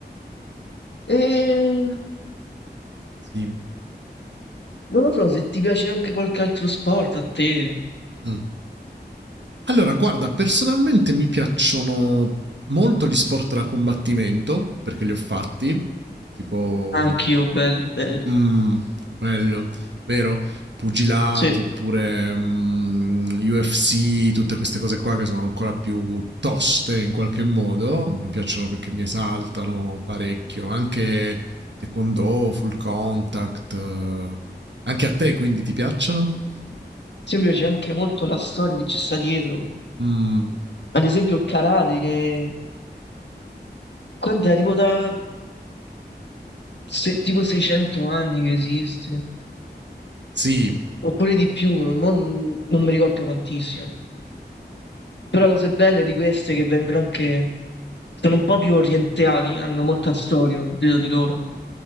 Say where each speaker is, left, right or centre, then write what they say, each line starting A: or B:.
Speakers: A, on the left (about 80°); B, on the right (about 85°).
A: E
B: Sì.
A: non lo so se ti piace anche qualche altro sport a te.
B: Mm. Allora, guarda, personalmente mi piacciono molto gli sport da combattimento perché li ho fatti, tipo
A: Anch'io,
B: il... pu-
A: belli, belli.
B: Mm, bello, vero? Pugilato
A: Sì. Ad
B: oppure mm, UFC, tutte queste cose qua che sono ancora più toste in qualche modo, mi piacciono perché mi esaltano parecchio, anche Taekwondo, Full Contact, eh, anche a te quindi ti piacciono?
A: esempio c'è anche molto la storia che ci sta dietro.
B: Mm.
A: Ad esempio il karate che... Quanto è? Tipo da... se- tipo 600 anni che esiste.
B: Sì,
A: Oppure di più, mo non, non mi ricordo tantissimo. Però cose belle di queste che vengono anche... Sono un po' più orientali, hanno molta storia dietro di loro.